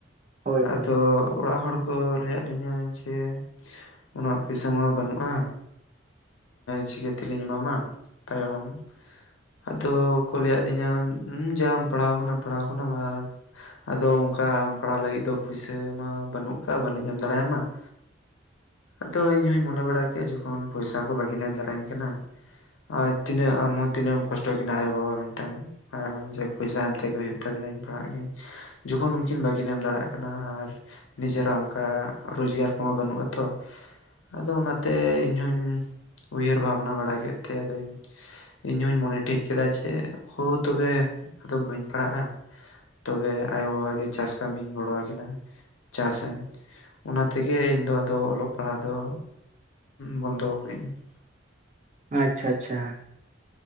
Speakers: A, on the right; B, on the left.
A: ᱦᱳᱭ ᱦᱳᱭ
B: ᱟᱫᱚ ᱚᱲᱟᱜ ᱦᱚᱲᱠᱩ ᱞᱟᱹᱭ ᱟᱫ ᱞᱤᱧᱟᱹ ᱡᱮ ᱚᱱᱟ ᱯᱩᱥᱟᱼᱼ ᱟᱢᱟ ᱵᱟᱹᱱᱩᱜᱼᱟ ᱪᱤᱠᱟᱹ ᱛᱮᱞᱤᱧ ᱮᱢᱟᱢᱟ ᱛᱟᱭᱚᱢ ᱾ ᱟᱫᱚ ᱠᱚ ᱞᱮᱭᱟᱫ ᱞᱤᱧᱟ ᱡᱟᱢ ᱯᱟᱲᱦᱟᱣ ᱠᱟᱱᱟ ᱯᱟᱲᱦᱟᱣ ᱠᱟᱱᱟᱢ ᱟᱨ ᱾ ᱟᱫᱚ ᱚᱱᱠᱟ ᱟᱢ ᱯᱟᱲᱦᱟᱣ ᱞᱟᱹᱜᱤᱫ ᱫᱚ ᱯᱩᱭᱥᱟᱹ ᱢᱟ ᱵᱟᱹᱱᱩᱜ ᱠᱟᱜ ᱵᱟᱹᱞᱤᱧ ᱮᱢ ᱫᱟᱲᱮᱭᱟᱢᱟ ᱾ ᱟᱫᱚ ᱤᱧ ᱦᱚᱧ ᱢᱚᱱᱮ ᱵᱟᱲᱟ ᱠᱮᱜ-ᱟ ᱡᱚᱠᱷᱚᱱ ᱯᱩᱭᱥᱟ ᱠᱚ ᱵᱟᱹᱠᱤᱱ ᱮᱢ ᱫᱟᱲᱮᱟᱹᱧ ᱠᱟᱱᱟ᱾ ᱟᱨ ᱛᱤᱱᱟᱹᱜ ᱟᱢᱦᱚᱸ ᱛᱤᱱᱟᱹᱜ ᱮᱢ ᱠᱚᱥᱴᱚ ᱠᱤᱱᱟ ᱟᱭᱳᱵᱟᱵᱟ ᱢᱤᱫᱴᱟᱝ᱾ ᱦᱮᱸ ᱡᱮ ᱯᱩᱭᱥᱟ ᱮᱢᱛᱮᱜᱮ ᱦᱳᱭᱳᱜ ᱛᱟᱵᱤᱱᱟ ᱤᱧ ᱯᱟᱲᱦᱟᱜ ᱜᱤᱭᱟᱹᱧ ᱾ ᱡᱚᱠᱷᱚᱱ ᱩᱱᱠᱤᱱ ᱵᱟᱹᱠᱤᱱ ᱮᱢ ᱫᱟᱲᱮᱭᱟᱜ ᱠᱟᱱᱟ ᱟᱨ ᱾ ᱱᱤᱡᱮᱨᱟᱜ ᱚᱱᱠᱟ ᱨᱳᱡᱽᱜᱟᱨ ᱠᱚᱢᱟ ᱵᱟᱹᱱᱩᱜ ᱟᱛᱚ ᱾ ᱟᱫᱚ ᱚᱱᱟᱛᱮ ᱤᱧᱦᱚᱧ ᱩᱭᱦᱟᱹᱨ ᱵᱷᱟᱵᱽᱱᱟ ᱵᱟᱲᱟ ᱠᱮᱫ ᱛᱮ ᱟᱫᱚᱧ ᱾ ᱤᱧᱦᱩᱧ ᱢᱚᱱᱮ ᱴᱷᱤᱠ ᱠᱮᱫᱟ ᱡᱮ ᱦᱳ ᱛᱚᱵᱮ ᱟᱫᱚ ᱵᱟᱹᱧ ᱯᱟᱲᱦᱟᱜᱼᱟ ᱾ ᱛᱚᱵᱮ ᱟᱭᱳᱵᱟᱵᱟᱜ ᱜᱮ ᱪᱟᱥ ᱠᱟᱹᱢᱤᱧ ᱜᱚᱲᱚᱣᱟᱠᱤᱱᱟ ᱾ ᱪᱟᱥᱟᱹᱧ ᱚᱱᱟ ᱛᱮᱜᱮ ᱤᱧ ᱫᱚ ᱟᱫᱚ ᱚᱞᱚᱜ ᱯᱟᱲᱦᱟᱟ ᱾ ᱫᱚ ᱵᱚᱱᱫᱚ ᱠᱟᱹᱜ ᱟᱹᱧ ᱾
A: ᱟᱪᱪᱷᱟ ᱟᱪᱪᱷᱟ ᱾